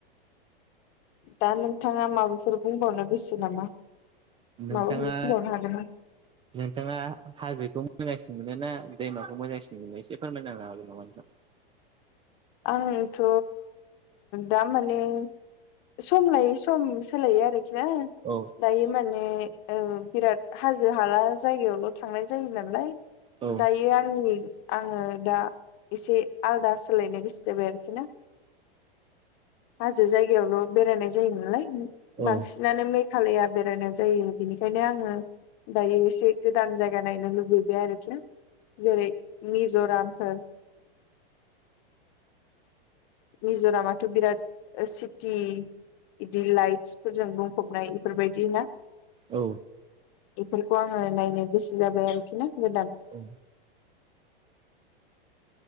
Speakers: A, on the left (about 45°); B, on the right (about 15°).
A: दा नोंथाङा माबाफोर बुंबावनो गोसो नामा?
B: नोंथाङा
A: माबाफोर बुंबावनो हागोन ना?
B: नोंथाङा हाजोखौ मोनोगासिनो मोनो ना दैमाखौ मोगासिनो मोनो एसे फोरमायनांनो हागोन नामा नोंथां?
A: आंथ' दामाने सम लायै सम सोलायो आरोखि ना।
B: औ
A: दायो माने बिराद हाजो हाला जायगायावल' थांनाय जायो नालाय।
B: औ
A: दायो आंनि आङो दा एसे आलादा सोलायनो गोसो। बाय आरोखि ना हाजो जायगायावल' बेरायनाय जायो नालाय।
B: औ
A: बांसिनानो मेघालया बेरायनाय जायो बेनिखायनो आङो दायो एसे गोदान जायगा नायनो लुुबैबाय आरोखि जेरै मिज'रामफोर मिज'रामाथ' बिराद सिटि बिदि लाइटस फोरजों बुं फबनाय बेफोरबायदि ना
B: औ
A: बेफोरखौ आङो नायनो बेसि जाबाय आरोखि ना गोदान।
B: औ।